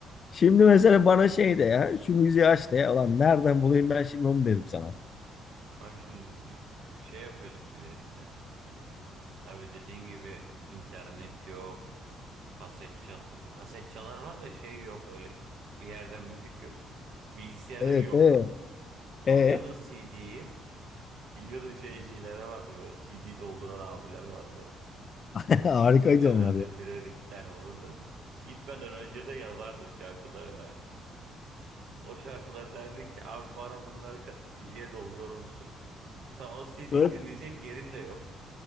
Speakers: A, on the left (about 45°); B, on the right (about 70°).
A: Şimdi mesela bana şey de ya şu müziği aç de ya. Ulan nereden bulayım ben şimdi onu derim sana.
B: Bak şimdi müzik şey yapıyorduk biz eskiden. Tabii dediğin gibi internet yok. Kaset çal kaset çalar var da şey yok öyle bir yerden müzik yok. Bilgisayarın
A: Evet
B: yok.
A: evet.
B: Alıyordun
A: E
B: CD'yi. Biliyordun şeycilere vardı böyle CD dolduran abiler vardı hep.
A: <laughs> harikaydı
B: Mahallelerde
A: onlar ya.
B: birer iki tane olurdu. Gitmeden önce de yazardı şarkılarını. O şarkıları derdik ki abi bana bunları ka- CD'ye doldurur musun? Sen o CD'yi
A: <laughs>
B: dinleyecek yerin de yok.